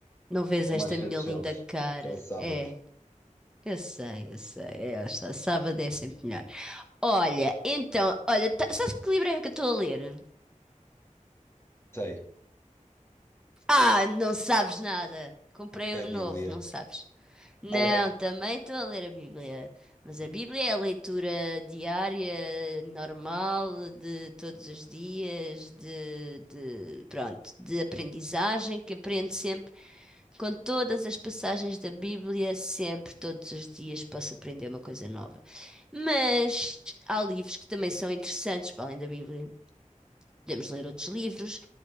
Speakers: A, in the centre; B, on the left.
A: não vês
B: É
A: esta
B: mais sete
A: minha
B: shells.
A: linda cara?
B: Que é o sábado.
A: É, eu sei, eu sei. É, esta sábado é sempre melhor. Olha, então, olha, tá, sabes que livro é que eu estou a ler?
B: Sei.
A: Ah, não sabes nada. Comprei
B: É
A: um
B: a Bíblia.
A: novo, não sabes. Não,
B: Ah, não.
A: também estou a ler a Bíblia. Mas a Bíblia é a leitura diária, normal, de todos os dias, de, de- pronto, de aprendizagem, que aprendo sempre, com todas as passagens da Bíblia, sempre, todos os dias, posso aprender uma coisa nova. Mas há livros que também são interessantes, para além da Bíblia. Podemos ler outros livros